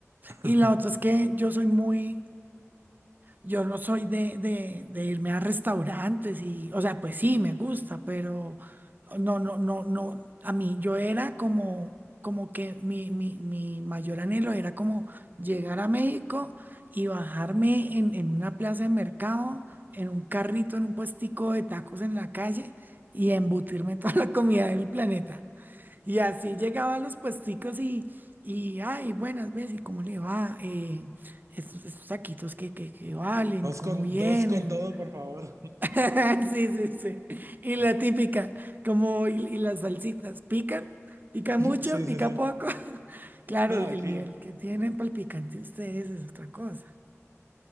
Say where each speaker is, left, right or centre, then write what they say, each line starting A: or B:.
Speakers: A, on the right; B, on the right.
A: <laughs>
B: y la otra es que yo soy muy Yo no soy de, de, de irme a restaurantes y, o sea, pues sí, me gusta, pero no, no, no, no. A mí yo era como, como que mi, mi, mi mayor anhelo era como llegar a México y bajarme en, en una plaza de mercado, en un carrito, en un puestico de tacos en la calle y embutirme toda la comida del planeta. Y así llegaban los puesticos y, y ay, buenas ves, ¿y cómo le va? Eh, estos, estos taquitos que, que, que valen,
A: Dos
B: ¿cómo
A: con,
B: vienen?
A: dos con todo, por favor.
B: <laughs> Sí, sí, sí. Y
A: Ah,
B: la típica, como, y, y las salsitas, ¿pican? ¿Pica
A: <laughs>
B: mucho?
A: Sí,
B: ¿Pica
A: sí, sí.
B: poco? <laughs> Claro,
A: No,
B: el,
A: aquí
B: el nivel
A: ya.
B: que tienen para el picante ustedes es otra cosa.